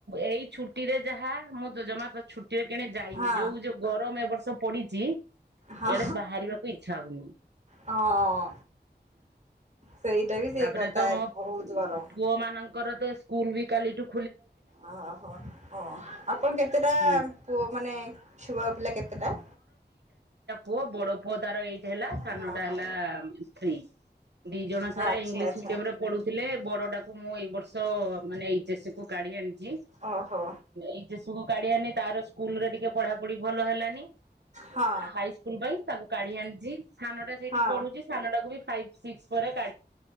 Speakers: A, on the right; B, on the right.
A: ଏଇ ଛୁଟିରେ ଯାହା ମୁଁ ତ ଜମା ତ ଛୁଟିରେ କିଣେ ଯାଇନି
B: ହଁ
A: ଯୋଉ ଯୋଉ ଗରମ ଏ ବର୍ଷ ପୋଡିଚି।
B: ହଁ
A: ଏଡେ ବାହାରିବାକୁ ଇଚ୍ଛା ହଉନି ହୁଁ
B: ହଁ ସେଇଟା ବି ସେଇ
A: ତାପରେ
B: କଥା
A: ତ ମୋ
B: ବହୁତ ଗରମ
A: ପୁଅ ମାନ ଙ୍କର ତ ସ୍କୁଲ ବି କାଲିଟୁ
B: ଓହୋ ଓ ଆପଣ କେତେଟା
A: ହୁଁ।
B: ପୁଅ ମାନେ ଛୁଆ ପିଲା କେତେଟା?
A: ମୋ ବଡ ପୁଅ ତାର ଏଇଠି ହେଲା ସାନଟା
B: ହଁ ହଁ
A: ହେଲା। <unintelligible> ଦି ଜଣ ସାରା
B: ଆଚ୍ଛା
A: ଇଂଲିଶ
B: ଆଚ୍ଛା
A: ମିଡିୟମ ରେ ପଢୁଥିଲେ ବଡଟାକୁ ମୁଁ ଏଇ ବର୍ଷ ମାନେ ଏଚ ଏସ୍ କୁ କାଢି ଆଣିଚି
B: ଓହୋ
A: ଏଚ ଏସ୍ କୁ କାଢି ଆଣିନି ତାର ସ୍କୁଲ ରେ ଟିକେ ପଢାପୁଢି ଭଲ ହେଲାନି
B: ହଁ
A: ହାଇ ସ୍କୁଲ ପାଇଁ ତାକୁ କାଢି ଆଣିଚି ସାନ ଟା ସେଇଠି
B: ହଁ
A: ପଢୁଛି ସାନ ଟାକୁ ବି ଫାଇ ଶୀର୍ଷ ରେ